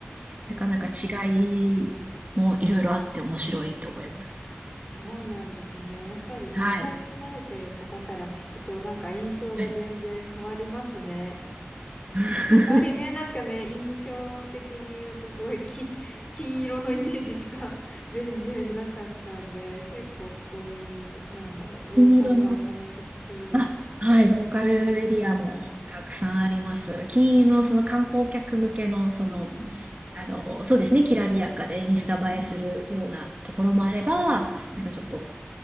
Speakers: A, on the left (about 25°); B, on the right (about 35°).
A: すごい。
B: なかなか違いもいろいろあって面白いと思います。
A: あ、そうなんですね。やっぱり実際住まれてる方から聞くと、
B: はい。
A: なんか印象が全然変わりますね。
B: はい <laughs>
A: やっぱりね、なんかね、印象的に言うとすごい金、<laughs> 金色のイメージしか <laughs> 全然なかったんで、結構そういう、なんだろう、ローカルなお話聞けるの
B: 金色のあはい、ローカルエリアもたくさんあります。
A: 楽しいですね。
B: 金融のその観光客向けの、
A: えー、
B: その、
A: うん。
B: あの、そうですね、きらびやかでインスタ映えするようなところもあれば、
A: うんうん。
B: なんかちょっと